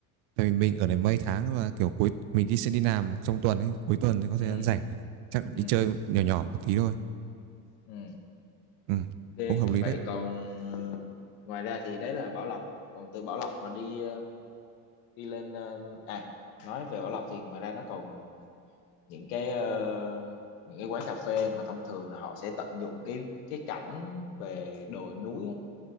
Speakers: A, on the right; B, on the left.
A: tại vì mình ở đây mấy tháng và kiểu cuối mình đi sẽ đi làm trong tuần ấy cuối tuần thì có
B: ừ
A: thời gian rảnh thì chắc
B: ừ
A: đi chơi nhỏ nhỏ một tí thôi
B: ừ
A: ừ,
B: ok
A: cũng hợp lý
B: vậy
A: đấy
B: còn ờ, ngoài ra thì đấy là Bảo Lộc còn từ Bảo Lộc mà đi ờ, đi lên ờ, à nói về Bảo Lộc thì ngoài ra nó còn những cái ờ, những cái quán cà phê mà thông thường là họ sẽ tận dụng cái cái cảnh về đồi núi á.